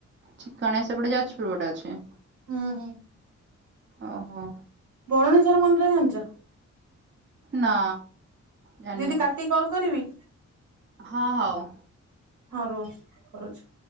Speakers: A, on the right (about 40°); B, on the right (about 85°).
A: ଚିକଣା ସେପଟେ ଯାଜପୁର ଗୋଟେ ଅଛି।
B: ହୁଁ ହୁଁ।
A: ଓହୋ।
B: ବରୁଣେଝ୍ୱର ମନ୍ଦିର ଜାଣିଛ?
A: ନା ଜାଣିନି
B: ଦିଦି କାଟିକି କଲ କରିବି?
A: ହଁ ହଉ।
B: ହଁ ରୁହ କରୁଛି।